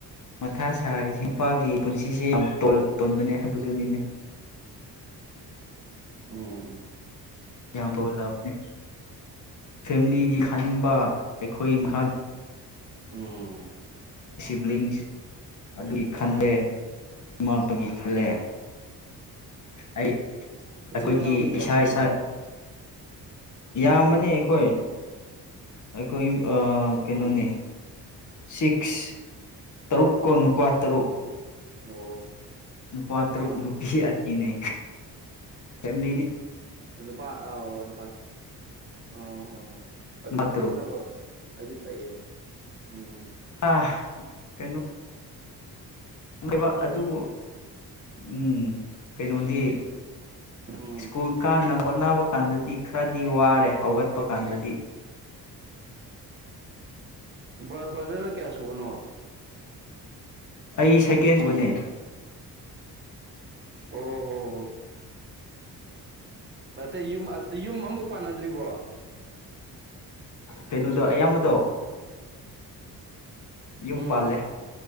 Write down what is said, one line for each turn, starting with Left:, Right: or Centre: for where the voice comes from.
Left: ꯃꯊꯥ ꯁꯥꯔꯤꯁꯦ ꯅꯨꯄꯥꯒꯤ ꯄꯨꯟꯁꯤꯁꯦ ꯌꯥꯝ ꯇꯣꯟꯕꯅꯦ ꯍꯥꯏꯕꯗꯨꯅꯤꯅꯦ
Right: ꯎꯝ
Left: ꯌꯥꯝꯕ ꯎꯠꯂꯛꯑꯕꯅꯤ ꯐꯦꯃꯤꯂꯤꯒꯤ ꯈꯟꯕ ꯑꯩꯈꯣꯏ ꯃꯈꯥ
Right: ꯎꯝ
Left: ꯁꯤꯕ꯭ꯂꯤꯡꯁ ꯑꯗꯨꯒꯤ ꯈꯜꯂꯦ ꯏꯃꯥꯄꯥꯒꯤ ꯈꯜꯂꯦ ꯑꯩ ꯑꯩꯈꯣꯏꯒꯤ
Right: ꯆꯅꯤ ꯅꯎꯗ ꯀꯦ
Left: ꯏꯁꯥ
Right: ꯑꯁꯕꯨꯅ
Left: ꯏꯁꯥ ꯌꯥꯝꯕꯅꯦ ꯑꯩꯈꯣꯏ ꯑꯩꯈꯣꯏ ꯀꯩꯅꯣꯅꯦ
Right: ꯎꯝ
Left: ꯁꯤꯛꯁ ꯇꯔꯨꯛ ꯀꯣ ꯅꯨꯄꯥ ꯇꯔꯨꯛ
Right: ꯑꯣ
Left: ꯅꯨꯄꯥ
Right: ꯑꯥ
Left: ꯇꯔꯨꯛ ꯅꯨꯄꯤ ꯑꯅꯤꯅꯦ ꯐ ꯂꯤꯗꯤ
Right: ꯅꯨꯄꯥ ꯑ ꯅꯨꯄꯥ ꯑꯣ ꯍꯣ ꯍ ꯑꯗꯨ
Left: ꯅꯨꯄꯥ
Right: ꯐꯩꯌꯦ
Left: ꯇꯔꯨꯛ
Right: ꯅꯀꯣ ꯑꯩꯗꯤ ꯐꯩꯌꯦ ꯎꯝ
Left: ꯑꯥ ꯀꯩꯅꯣ ꯕ ꯑꯗꯨꯕꯨ ꯎꯝ ꯀꯩꯅꯣꯗꯤ
Right: ꯎꯝ
Left: ꯁ꯭ꯀꯨꯜ ꯀꯅꯕꯥ ꯍꯣꯠꯅꯕ ꯀꯥꯟꯗꯗꯤ ꯈꯔꯗꯤ ꯋꯥꯔꯦ ꯍꯧꯒꯠꯄ ꯀꯥꯟꯗꯗꯤ <inaudible>
Right: ꯕ ꯕꯗ꯭ꯔ ꯀ ꯀꯦ ꯑꯁꯕ ꯅ
Left: ꯑꯩ ꯁꯥꯏꯀꯦꯟꯖꯕꯅꯦ
Right: ꯑꯣ ꯍꯣ ꯍꯣ ꯑꯇꯩ ꯌꯨꯝ ꯌꯨꯝ ꯑꯃꯐꯨꯛ ꯄꯥꯟꯅꯗ꯭ꯔꯤꯕꯣ
Left: ꯀꯩꯅꯣꯗꯣ ꯑꯌꯥꯝꯕꯗꯣ
Right: ꯎꯝ
Left: ꯌꯨꯝ ꯄꯥꯜꯂꯦ